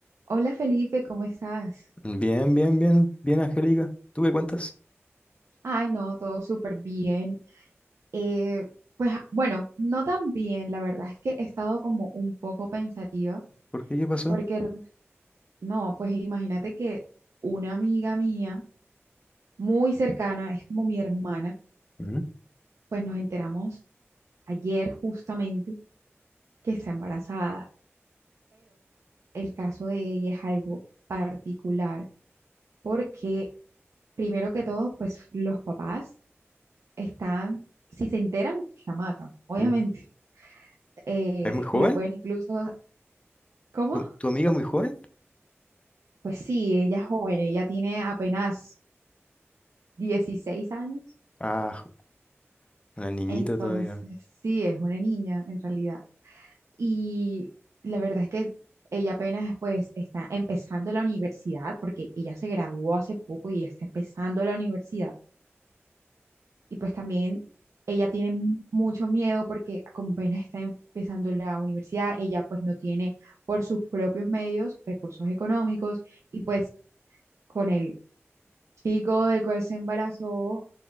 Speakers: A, on the right (about 85°); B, on the left (about 25°).
A: Hola Felipe, ¿cómo estás?
B: Bien, bien, bien, bien, Angélica. ¿Tú qué cuentas?
A: Ay, no, todo súper bien. Eh, pues ah, bueno, no tan bien, la verdad es que he estado como un poco pensativa,
B: ¿Por qué? ¿Qué pasó?
A: porque r- no, pues imagínate que una amiga mía muy cercana, es como mi hermana,
B: Mm,
A: pues nos enteramos ayer justamente que está embarazada. El caso de ella es algo particular porque, primero que todo, pues los papás están, si se enteran, pues la matan, obviamente.
B: mm.
A: eh,
B: ¿Es muy joven?
A: la pueden incluso, ¿cómo?
B: ¿Tu, tu amiga es muy joven?
A: Pues sí, ella es joven, ella tiene apenas 16 años,
B: Ah, jo- una niñita
A: entonces
B: todavía.
A: sí, es una niña en realidad. Y la verdad es que ella apenas pues está empezando la universidad, porque ella se graduó hace poco y está empezando la universidad. Y pues también ella tiene mu- mucho miedo porque como apenas está empezando la universidad, ella pues no tiene por sus propios medios recursos económicos y pues con el chico del cual se embarazó,